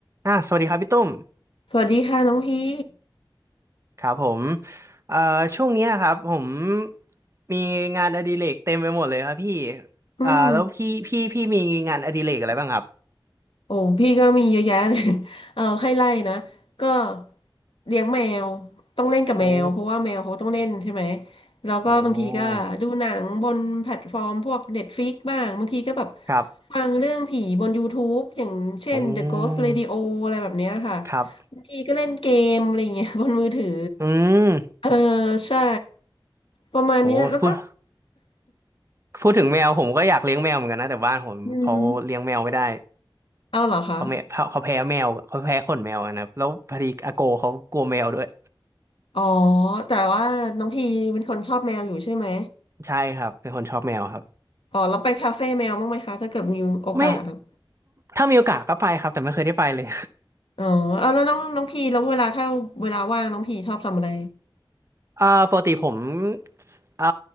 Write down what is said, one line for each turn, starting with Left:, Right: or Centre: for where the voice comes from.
Right: อ่าสวัสดีครับพี่ตุ้ม
Left: สวัสดีค่ะน้องพี่
Right: ครับผมเอ่อช่วงเนี้ยครับผมมีงานอดิเรกเต็มไปหมดเลยครับพี่
Left: อืม
Right: อ่าแล้วพี่พี่พี่มีงานอดิเรกอะไรบ้างครับ
Left: โอ้พี่ก็มีเยอะแยะเลย <laughs> เออให้ไล่นะ ก็เลี้ยงแมว ต้องเล่นกับแมวเพราะว่าแมวเขาต้องเล่นใช่ไหม
Right: โอ้
Left: แล้วก็บางทีก็ดูหนังบนแพลตฟอร์มพวก
Right: โอ้
Left: Netflix บ้าง บางทีก็แบบ
Right: ครับ
Left: ฟังเรื่องผีบน YouTube อย่างเช่น
Right: อืม
Left: The Ghost Radio อะไรแบบเนี้ยค่ะ
Right: ครับ
Left: บางทีก็เล่นเกมอะไรอย่างเงี้ย <laughs> บนมือถือ
Right: อืม
Left: เออใช่ประมาณเนี้ยแล้วก็
Right: โอ้พูดพูดถึงแมวผมก็อยากเลี้ยงแมวเหมือนกันนะแต่บ้านผมเขาเลี้ยงแมวไม่ได้
Left: <laughs> อืมเอาเหรอคะ
Right: เขาแม่เขาแพ้แมวเขาแพ้ขนแมวอะนะครับแล้วพอดีอาโกเขากลัวแมวด้วย
Left: อ๋อแต่ว่าน้องพีเป็นคนชอบแมวอยู่ใช่ไหม
Right: ใช่ครับเป็นคนชอบแมวครับ
Left: อ๋อแล้วไปคาเฟ่แมวบ้างไหมคะถ้าเกิดมีโอกาสอะ
Right: ไม่ถ้ามีโอกาสก็ไปครับแต่ไม่เคยได้ไปเลย
Left: อ๋อเอาแล้วน้องน้องพีแล้วเวลาถ้าเวลาว่างน้องพีชอบทำอะไร
Right: <laughs> อ่าปกติผมอ่า